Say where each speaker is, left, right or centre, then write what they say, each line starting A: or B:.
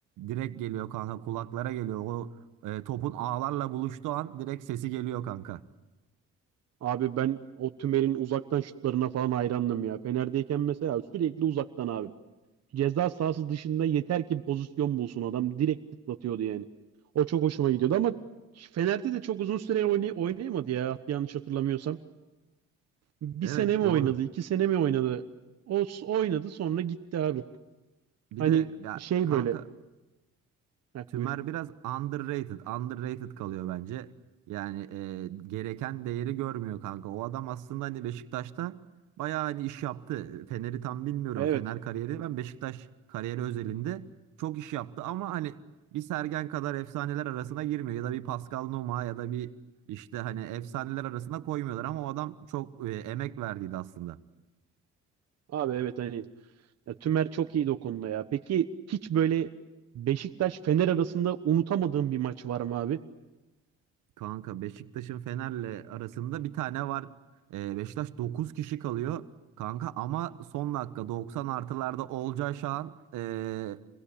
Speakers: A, on the right; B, on the right.
A: direkt geliyor kanka kulaklara geliyor. O e, topun ağlarla buluştuğu an direkt sesi geliyor kanka.
B: Abi ben o Tümer'in uzaktan şutlarına falan hayrandım ya. Fener'deyken mesela sürekli uzaktan abi. Ceza sahası dışında yeter ki pozisyon bulsun adam. Direkt tıklatıyordu yani. O çok hoşuma gidiyordu ama Fener'de de çok uzun süre oynay- oynayamadı ya yanlış hatırlamıyorsam. Bir
A: Evet
B: sene mi
A: doğru.
B: oynadı, iki sene mi oynadı? O s- oynadı sonra gitti abi.
A: Bir
B: Hani
A: de ya
B: şey
A: kanka
B: böyle. Heh,
A: Tümer
B: buyur.
A: biraz underrated, underrated kalıyor bence. Yani e, gereken değeri görmüyor kanka. O adam aslında hani Beşiktaş'ta bayağı hani iş yaptı. Fener'i tam bilmiyorum.
B: Evet.
A: Fener kariyeri ben Beşiktaş kariyeri özelinde çok iş yaptı ama hani bir Sergen kadar efsaneler arasına girmiyor ya da bir Pascal Nouma ya da bir işte hani efsaneler arasına koymuyorlar ama o adam çok e, emek verdiydi aslında.
B: Abi evet hani ya, Tümer çok iyiydi o konuda ya. Peki hiç böyle Beşiktaş Fener arasında unutamadığın bir maç var mı abi?
A: Kanka Beşiktaş'ın Fener'le arasında bir tane var. Ee, Beşiktaş 9 kişi kalıyor. Kanka ama son dakika 90 artılarda Olcay Şahan ee,